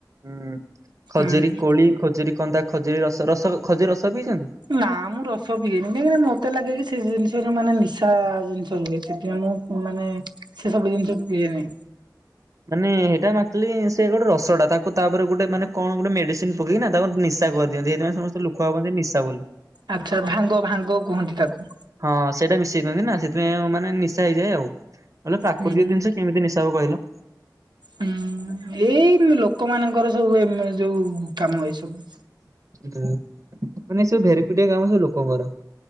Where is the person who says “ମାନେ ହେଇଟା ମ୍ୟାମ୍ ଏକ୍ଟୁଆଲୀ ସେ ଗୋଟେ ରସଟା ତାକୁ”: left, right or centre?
Right